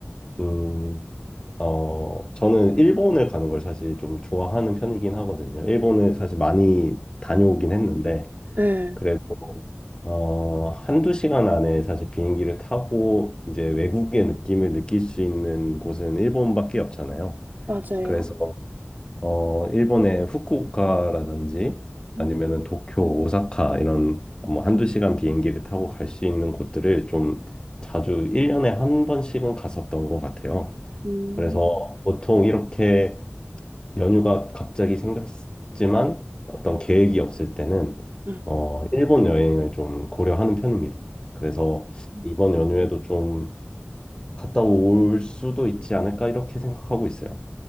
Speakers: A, on the left (about 20°); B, on the right (about 45°).
A: 음 어 저는 일본을 가는 걸 사실 좀 좋아하는 편이긴 하거든요. 일본을 사실 많이 다녀오긴 했는데
B: 네,
A: 그래도 어, 한두 시간 안에 사실 비행기를 타고 이제 외국의 느낌을 느낄 수 있는 곳은 일본밖에 없잖아요.
B: 맞아요.
A: 그래서 어, 일본의 후쿠오카라든지
B: 음,
A: 아니면은 도쿄, 오사카 이런 뭐 한두 시간 비행기를 타고 갈 수 있는 곳들을 좀 자주 1년에 한 번씩은 갔었던 것 같아요.
B: 음,
A: 그래서 보통 이렇게 연휴가 갑자기 생겼지만 어떤 계획이 없을 때는
B: 음.
A: 어, 일본 여행을 좀 고려하는 편입니다. 그래서
B: 음.
A: 이번 연휴에도 좀 갔다 올 수도 있지 않을까 이렇게 생각하고 있어요.